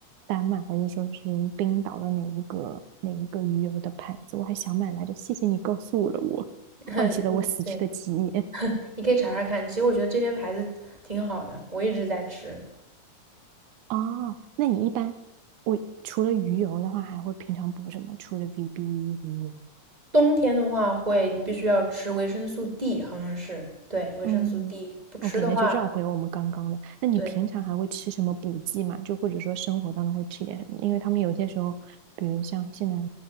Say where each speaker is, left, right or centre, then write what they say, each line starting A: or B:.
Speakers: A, on the right; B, on the right.
A: 丹麦，还是说是冰岛的哪一个哪一个鱼油的牌子，我还想买来着。谢谢你告诉了我，
B: <laughs> 嗯，
A: 唤起了我死去的记忆。
B: 对，
A: <laughs>
B: 你可以查查看。其实我觉得这边牌子挺好的，我一直在吃。
A: 哦，那你一般我除了鱼油的话，还会平常补什么？除了 VB 鱼油？
B: 冬天的话会，你必须要吃维生素 D，好像是，对，维生素
A: 嗯，OK，
B: D，不吃的话，
A: 那就绕回我们刚刚的。那你平常还会吃什么补剂吗？
B: 对。
A: 就或者说生活当中会吃一点什么？因为他们有些时候，比如像现在，